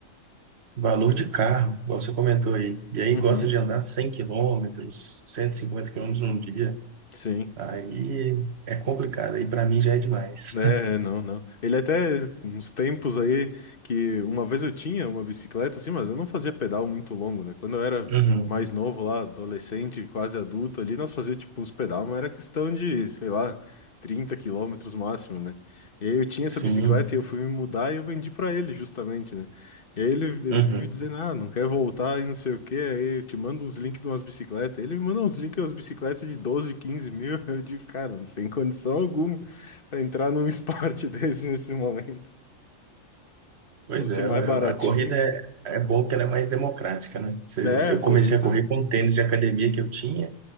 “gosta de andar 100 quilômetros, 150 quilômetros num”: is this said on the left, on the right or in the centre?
Right